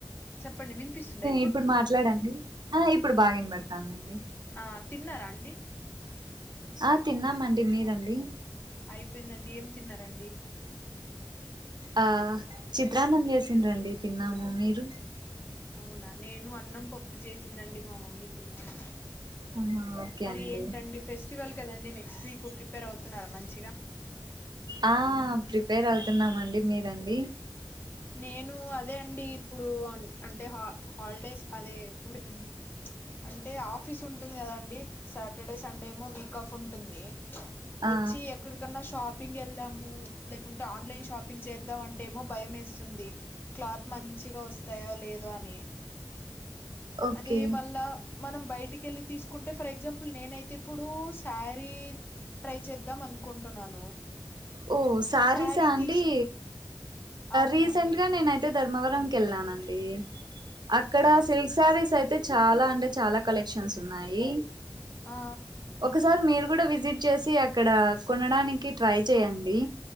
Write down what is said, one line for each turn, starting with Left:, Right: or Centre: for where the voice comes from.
Left: చెప్పండి వినిపిస్తుందా
Right: ఇప్పుడు మాట్లాడండి ఆ ఇప్పుడు బాగినబడ్తందండి.
Left: ఆ తిన్నరా అండి
Right: ఆ తిన్నామండి. మీరండి?
Left: అయిపోయిందండి ఏం తిన్నరండి
Right: ఆ చిత్రాన్నం చేసింరండి తిన్నాము మీరు
Left: అవునా నేను అన్నం పప్పు చేసిందండి మా మమ్ మ్మీ తిన్నాను.
Right: ఆహా ఓకే
Left: మరి
Right: అండి
Left: ఏంటండి ఫెస్ట్ వల్ కదండి నెక్స్ట్ వీక్ ప్రిపేర్ అవుతున్నారా మంచిగా.
Right: ఆ ప్రిపేర్ అవుతున్నామండి మీరండి.
Left: నేను అదే అండి ఇప్పుడు అంటే హాలిడేస్ అదే ఇప్పుడు ఇన్ అంటే ఆఫీస్ ఉంటుంది కదండి సాటర్డే సండే ఏమో వీక్ ఆఫ్ ఉంటుంది.
Right: ఆ
Left: వచ్చి ఎక్కడికన్న షాపింగ్ వెల్ చేద్దాము లేకుంటే ఆన్లైన్ షాపింగ్ చేద్దాం అంటేమోభయమేస్ స్తుంది. క్లాత్ మంచ్ చిగా వస్తాయో లేదో అని
Right: ఓకే
Left: అది మళ్ళా మనం బయటకెళ్ళి తీసుకుంటే ఫర్ ఎగ్జాంపుల్ నేనైతే ఇప్పుడు సారీ ట్రై చేద్దాం అనుకుంటున్నాను.
Right: ఓ సారీసా
Left: శారీ
Right: అండి
Left: తీసు అవునండి
Right: రీసెంట్గా నేనైతే ధర్మవరంకి కెళ్ళనం ఏమ్ అక్కడ
Left: ఓకే
Right: సిల్క్ సారీస్ అయి తే చాలా అంటే చాలా కలెక్షన్స్ ఉన్నాయి.
Left: ఆ
Right: ఒకసారి మీరు గుడా విజిట్ చేసి అక్కడా కొనడానికి ట్రై చేయండి